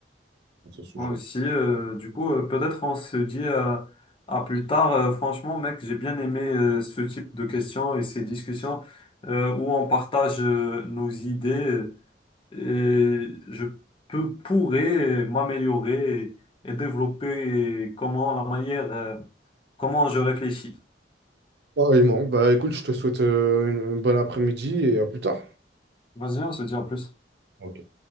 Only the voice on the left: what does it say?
Moi aussi, euh, du coup, euh, peut-être on se dit euh, à plus tard. Euh, franchement, mec, j'ai bien aimé euh, ce type de questions et ces discussions euh, où on partage euh, nos idées et je peux, pourrais m'améliorer et, et développer comment la manière, euh, comment je réfléchis.
Vas-y, on se dit à plus.